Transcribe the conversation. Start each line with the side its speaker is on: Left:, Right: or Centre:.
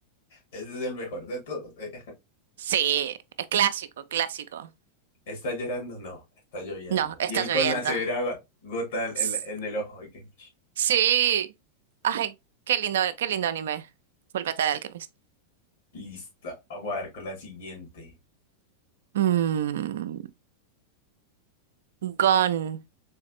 Left: ese es el mejor de todos. eh.
Right: sí. Es clásico, clásico.
Left: Está llorando, no, está lloviendo.
Right: No, está
Left: Y él
Right: lloviendo.
Left: con la severa go- gota en,
Right: S-
Left: la- en el ojo. y que,
Right: Sí. Ay, qué lindo, qué lindo anime. Full Metal Alchemist.
Left: Listo, vamos a ver con la siguiente.
Right: Mmm. Gone